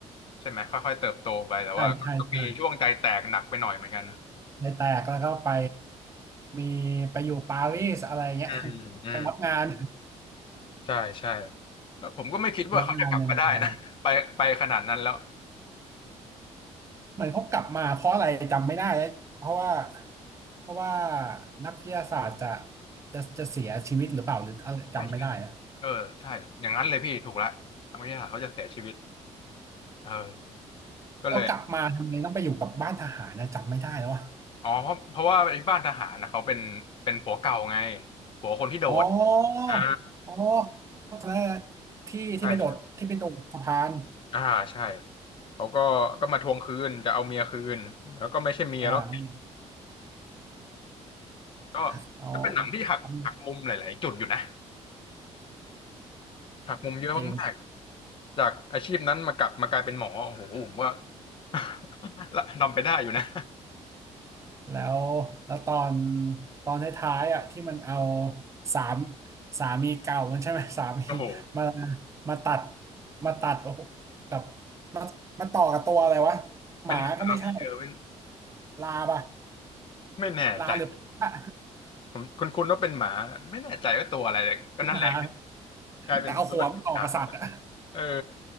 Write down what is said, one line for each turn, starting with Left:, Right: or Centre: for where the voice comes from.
Left: ใช่ไหมค่อยๆเติบโตไปแต่ว่าก็มีช่วงใจแตกหนักไปหน่อยเหมือนกัน
Right: ใช่ใช่ใช่ในแตกแล้วก็ไปมีไปอยู่ปารีสอะไรเงี้ย
Left: อืมอืม
Right: <laughs> ไปรับงาน
Left: ใช่ใช่แล้วผมก็ไม่คิดว่าเขาจะกลับมาได้นะ
Right: <laughs> รับงานในโรงแรม
Left: <laughs> ไปไปขนาดนั้นแล้ว
Right: เหมือนเขากลับมาเพราะอะไรจำไม่ได้แล้วเพราะว่าเพราะว่านักวิทยาศาสตร์จะจะจะเสียชีวิตหรือเปล่าหรืออะไรจำไม่ได้อะ
Left: ใช่ใช่เออใช่อย่างนั้นเลยพี่ถูกละทางวิทยาศาสตร์เขาจะเสียชีวิตเออก็เลย
Right: แล้วกลับมาทำไมต้องไปอยู่กับบ้านทหารนะจำไม่ได้แล้วว่ะ
Left: อ๋อเพราะเพราะว่าที่บ้านทหารนะเขาเป็นเป็นผัวเก่าไงผัวคนที่โดด
Right: อ๋อ
Left: อ่า
Right: อ๋อเอ้า้วที่ที่ไปโดดที่ไปโดดสะพาน
Left: ใช่ใช่อ่าใช่เขาก็ก็มาทวงคืนจะเอาเมียคืนแล้วก็ไม่ใช่เมียแล้ว
Right: อ่า
Left: ก็ก็เป็นหนังที่หักหักมุมหลายๆจุดอยู่นะ
Right: เอาเอาเอา
Left: หักมุมเยอะมาก
Right: จริง
Left: ๆจากอาชีพนั้นมากลับมากลายเป็นหมอโอ้โหผมว่า <laughs> ละทำไปได้อยู่นะ
Right: แล้วแล้วตอนตอนท้ายๆอ่ะที่มันเอาสามสามีเก่ามันใช่ไหม <laughs> สามี
Left: โอ้โห
Right: มามาตัดมาตัดโอ้โหกับมามาต่อกับตัวอะไรวะ
Left: เป็นหมาพี่เออเป็น
Right: หมาก็ไม่ใช่ลาป่ะ
Left: ไม่แน่ใจ
Right: ลาหรือพระ
Left: ผมคุณคุณว่าเป็นหมาไม่แน่ใจว่าตัวอะไรเลยก็นั่นแหละ
Right: <laughs> หรือหมา
Left: กลายเป็นตัวสีขาว
Right: แต่เอาหัวมันต่อกับสัตว์อ่ะ
Left: เออ